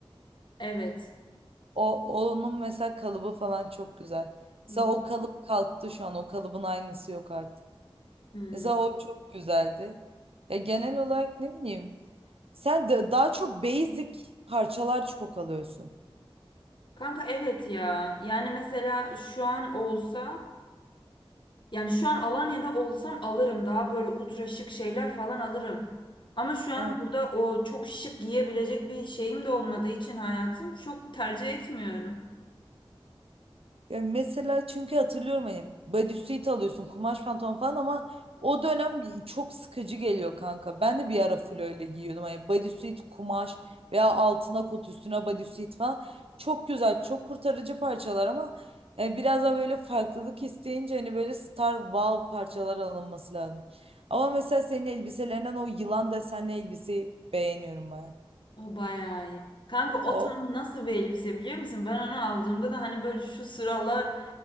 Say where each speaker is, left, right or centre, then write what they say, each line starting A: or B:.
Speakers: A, on the left (about 55°); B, on the right (about 75°).
A: Evet.
B: O onun mesela kalıbı falan çok güzel.
A: Hmm.
B: Mesela o kalıp kalktı şu an. O kalıbın aynısı yok artık.
A: Hmm.
B: Mesela o çok güzeldi. Ya genel olarak ne bileyim. Sen de daha çok basic parçalar çok alıyorsun.
A: Kanka evet ya. Yani mesela şu an olsa yani şu an Alanya'da olsam alırım. Daha böyle ultra şık şeyler falan alırım. Ama şu an
B: Evet.
A: burada o çok şık giyebilecek bir şeyim de olmadığı için hayatım çok tercih etmiyorum.
B: Ya mesela çünkü hatırlıyorum hani bodysuit alıyorsun kumaş pantolon falan ama o dönem çok sıkıcı geliyor kanka. Ben de bir ara full öyle giyiyordum. Hani bodysuit kumaş veya altına kot üstüne bodysuit falan. Çok güzel çok kurtarıcı parçalar ama e, biraz daha böyle farklılık isteyince hani böyle star wow parçalar alınması lazım. Ama mesela senin elbiselerinden o yılan desenli elbiseyi beğeniyorum baya.
A: O bayağı iyi. Kanka o
B: O
A: tam nasıl bir elbise biliyor musun? Ben onu aldığımda da hani böyle şu sıralar